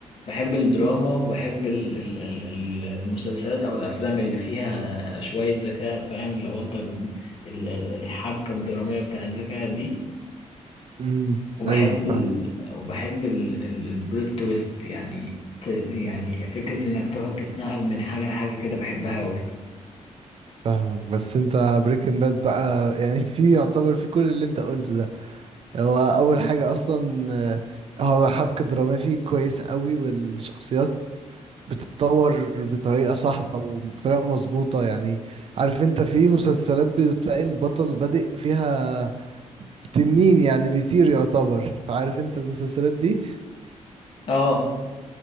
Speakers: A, on the left; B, on the right.
A: بحب الدراما وبحب ال- ال- ال- ال- المسلسلات او الافلام اللي فيها شوية ذكاء فاهم لو انت ب- ال- ال- الحبكة الدرامية بتاع الذكاء دي
B: امم
A: وبحب
B: ايوه فاهم
A: ال... وبحب ال... ال- البلوت تويست يعني ت... يعني فكرة انك تقعد تتنقل من حاجة لحاجة كده بحبها اوي
B: فاهمك بس انت بريكنج باد بقى <laughs> يعني في يعتبر في كل اللي انت قلته ده هو اول حاجة اصلا آه، هو حبكة درامية فيه كويس قوي والشخصيات بتتطور بطريقة صح أو بطريقة مظبوطة يعني عارف أنت في مسلسلات بتلاقي البطل بادئ فيها تنين يعني بيطير يعتبر فعارف أنت المسلسلات دي
A: اه